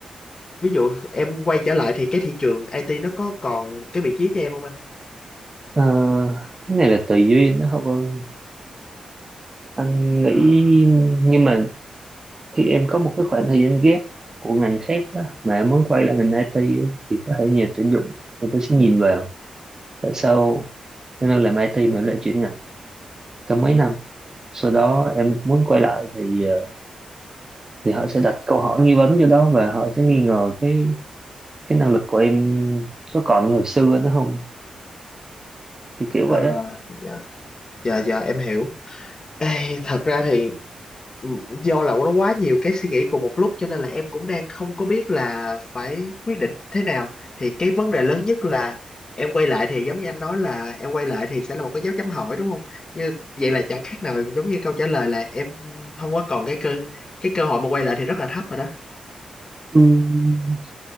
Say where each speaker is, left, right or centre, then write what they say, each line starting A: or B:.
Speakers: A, on the left (about 35°); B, on the right (about 25°).
A: ví dụ em quay trở lại thì cái thị trường IT nó có còn cái vị trí cho em không anh
B: Ờ, cái này là tùy duyên đó không ơi anh nghĩ
A: ờ
B: nhưng mà khi em có một cái khoảng thời gian ghép của ngành khác đó, mà em muốn quay lại ngành IT ấy, thì có thể nhà tuyển dụng người ta sẽ nhìn vào tại sao em đang làm IT mà em lại chuyển ngành trong mấy năm sau đó em muốn quay lại thì ờ, thì họ sẽ đặt câu hỏi nghi vấn cho đó và họ sẽ nghi ngờ cái cái năng lực của em có còn như hồi xưa nữa không kiểu kiểu
A: ờ,
B: vậy đó
A: dạ dạ dạ em hiểu Ê, thật ra thì ừ, do là nó quá nhiều cái suy nghĩ cùng một lúc cho nên là em cũng đang không có biết là phải quyết định thế nào thì cái vấn đề lớn nhất là em quay lại thì giống như anh nói là em quay lại thì sẽ là một cái dấu chấm hỏi đúng không như vậy là chẳng khác nào giống như câu trả lời là em không có còn cái cơ cái cơ hội mà quay lại thì rất là thấp rồi đó
B: Ừm,